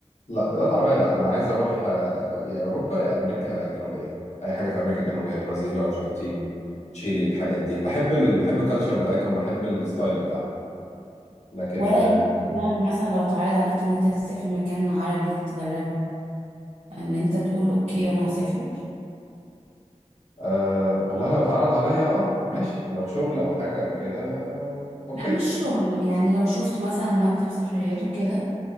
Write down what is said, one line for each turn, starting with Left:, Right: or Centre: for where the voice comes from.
Left: لا بلاد عربية لا أنا عايز أروح آه، يا أوروبا يا أمريكا الجنوبية أي حاجة في أمريكا الجنوبية برازيل أرجنتين تشيلي الحاجات دي بحب ال... بحب الكالتشر بتاعتهم بحب الستايل بتاعهم لكن
Right: ولا
Left: آه...
Right: يجي في دماغك مثلا لو اتعرض عليك ان انت تسافر مكان عربي تجربه ان انت تقول اوكي وانا هسافر
Left: آه... والله لو اتعرض عليا أه ماشي لو شغل أو حاجة أو كده أوكي
Right: لا مش شغل يعني لو شفت مثلا مكتب سفريات وكده